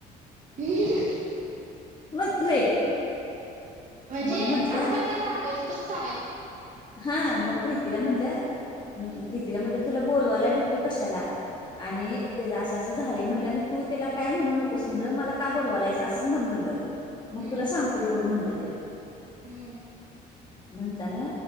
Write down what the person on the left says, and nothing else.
म्हणतोय
मग म्हंटलं
हा मग प्रीतीला म्हणलं हं प्रीतीला म्हटलं तुला बोलवालाय बघ त्यो कशाला आणि त्याज असं असं झालंय म्हणलं आणि तू त्याला काय म्हणू नकोस म्हणलं मला का बोलवालायस असंच म्हण म्हणलं मग
तुला सांगतोय बघ म्हणलं त्यो
म्हणता न